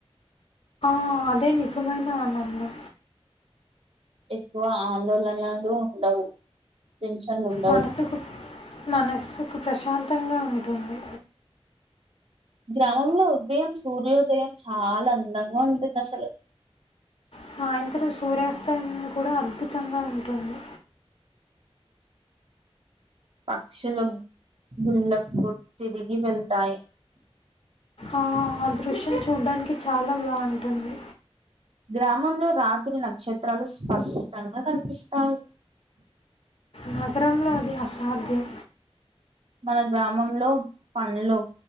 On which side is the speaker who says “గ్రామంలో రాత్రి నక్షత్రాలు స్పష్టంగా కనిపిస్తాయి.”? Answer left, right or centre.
Right